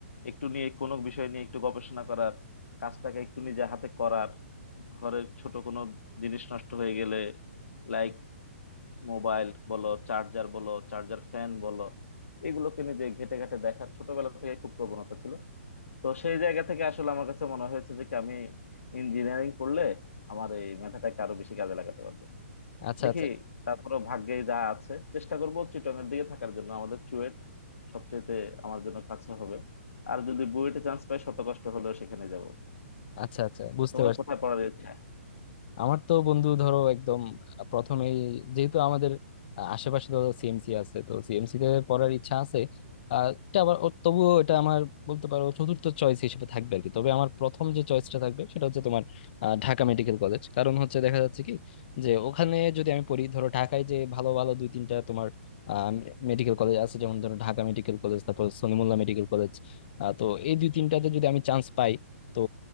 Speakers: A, on the left; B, on the left.
A: একটু নিয়ে কোনো বিষয় নিয়ে একটু গবেষণা করার কাজটাকে একটু নিজে হাতে করার ঘরের ছোট কোনো জিনিস নষ্ট হয়ে গেলে লাইক মোবাইল বলো চার্জার বলো চার্জার ফ্যান বলো এগুলোকে নিজে ঘেঁটে ঘেঁটে দেখার ছোটবেলা থেকে খুব প্রবণতা ছিল তো সেই জায়গা থেকে আসলে আমার কাছে মনে হয়েছে যে কি আমি ইঞ্জিনিয়ারিং পড়লে আমার এই মেধাটাকে আরো বেশি কাজে লাগাতে পারবো
B: আচ্ছা
A: দেখি
B: আচ্ছা
A: তারপরে ভাগ্যে যা আছে চেষ্টা করব চিটগাং দিকে থাকার জন্য আমাদের চুয়েট সবচেয়ে আমার জন্য কাছে হবে আর যদি বুয়েটে চান্স পাই শত কষ্ট হলেও সেখানে যাব
B: আচ্ছা আচ্ছা বুঝতে
A: তোমার
B: পারছি
A: কোথায় পড়ার ইচ্ছা
B: আমার তো বন্ধু ধরো একদম প্রথমেই যেহেতু আমাদের আশেপাশে তো সিএমসি আছে তো সিএমসি তে পড়ার ইচ্ছা আছে আহ, এটা আবার ও- তবুও এটা আমার বলতে পারো চতুর্থ চয়েস হিসেবে থাকবে আর কি তবে আমার প্রথম যে চয়েসটা থাকবে সেটা হচ্ছে তোমার আহ, ঢাকা মেডিকেল কলেজ কারণ হচ্ছে দেখা যাচ্ছে কি যে ওখানে যদি আমি পড়ি ধরো ঢাকায় যে ভালো ভালো দুই তিনটা তোমার মেডিকেল কলেজ আছে যেমন ধরো ঢাকা মেডিকেল কলেজ তারপর সলিমুল্লাহ মেডিকেল কলেজ আহ, তো এই দুই তিনটাতে যদি আমি চান্স পাই তো